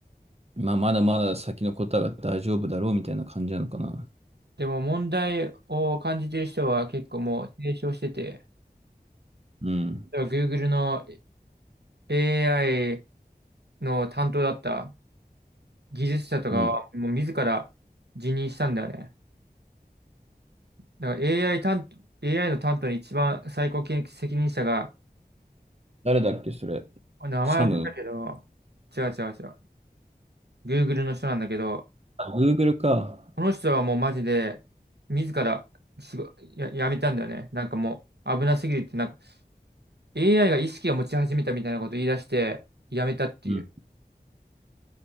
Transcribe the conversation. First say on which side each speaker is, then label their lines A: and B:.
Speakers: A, on the right (about 40°); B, on the right (about 90°).
A: まあまだまだ先のことは大丈夫だろうみたいな感じなのかな。
B: でも問題を感じてる人は結構もう提唱してて、
A: うん。
B: では Google の AI の担当だった技術者とかはもう自ら辞任したんだよね。
A: うん。
B: だから AI 担当、AI の担当の一番最高権責任者が、
A: 誰だっけ、それ。
B: あ名前忘れたけど、
A: サム
B: 違う違う違う。Google の人なんだけど、
A: あ、Google か。
B: この人はもうマジで自ら仕事や、やめたんだよね。なんかもう危なすぎるって、なんか AI が意識を持ち始めたみたいなことを言い出して、やめたっていう。
A: うん。